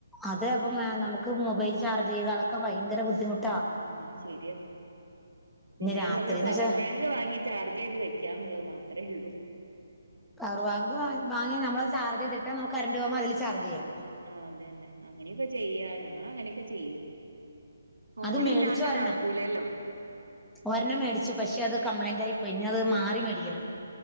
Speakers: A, in the centre; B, on the right.
A: അത് അപ്പം നമുക്ക് മൊബൈ ചർജ് ചെയ്യുകാതൊക്കെ ഭയങ്കര ബുദ്ധിമുട്ടാ.
B: ആഹ് ശരിയ പിന്നെ
A: രാത്രിന്ന്
B: ഉള്ളത് പവർ
A: വെച്ചാ
B: ബാങ്ക്. വാങ്ങി ചാർജ് ചെയ്ത് വെക്കാ എന്നുള്ളത് മാത്രഒള്ളൂ.
A: പവർ ബാഗ്ഗ് വാങ്ങി നമ്മൾ ചാർജയ്തിട്ടേ നമക്ക് കറണ്ട് പോകുമ്പോ അതില് ചാർജ് ചെയ്യാം.
B: ആഹ് അത് തന്നെ അങ്ങനെയൊക്കെ ചെയ്യാ ഞങ്ങളങ്ങനെയൊക്കെ ചെയ്യൂ. ഫോണില്ലാണ്ടാ
A: അത് മേടിച്ചു ഒരെണ്ണം
B: നടക്കൂലല്ലോ?
A: ഒരെണ്ണം മേടിച്ചു പക്ഷെ അത് കംപ്ലൈന്റ് ആയി പോയി ഇനി അത് മാറി മേടിക്കണം.